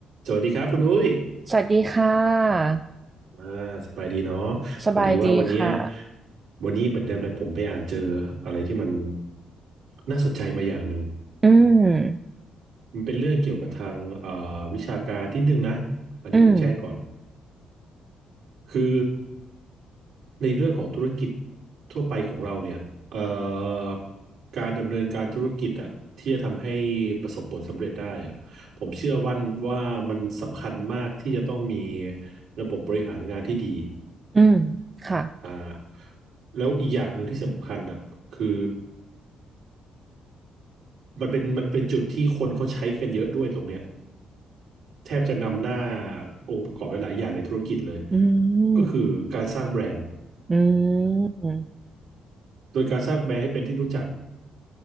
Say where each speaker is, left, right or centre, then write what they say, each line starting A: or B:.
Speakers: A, on the right; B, on the right.
A: สวัสดีครับคุณอุ้ย
B: สวัสดีค่ะ
A: อ่าสบายดีเนาะ
B: สบายดีค่ะ
A: พอดีว่าวันเนี้ยวันนี้เหมือนเดิมเลยผมไปอ่านเจออะไรที่มันน่าสนใจมาอย่างหนึ่ง
B: อืม
A: มันเป็นเรื่องเกี่ยวกับทางเอ่อวิชาการนิดนึงนะอันนี้ผมแจ้งก่อน
B: อืม
A: คือในเรื่องของธุรกิจทั่วไปของเราเนี่ยเอ่อการดำเนินการธุรกิจอะที่จะทำให้ประสบผลสำเร็จได้อะผมเชื่อวันว่ามันสำคัญมากที่จะต้องมีระบบบริหารงานที่ดี
B: อืมค่ะ
A: อ่าแล้วอีกอย่างหนึ่งที่สำคัญอ่ะคือมันเป็นมันเป็นจุดที่คนเขาใช้กันเยอะด้วยตรงเนี้ยแทบจะนำหน้าองค์ประกอบไปหลายอย่างในธุรกิจเลย
B: อืม
A: ก็คือการสร้างแบรนด์
B: อืม
A: โดยการสร้างแบรนด์ให้เป็นที่รู้จัก